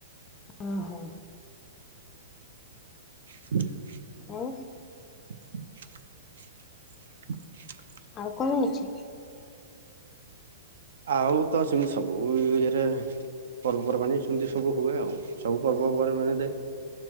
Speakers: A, on the left; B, on the right.
A: ଓହୋ
B: <inaudible>
A: ଆଉ
B: <unintelligible>
A: ଆଉ କଣ ହେଇଛି
B: ଆଉ ତ ସେମିତି ସବୁ ଇରେ ପର୍ବପର୍ବାଣି ସେମିତି ସବୁ ହୁଏ ଆଉ ସବୁ ପର୍ବପର୍ବାଣ ଦେ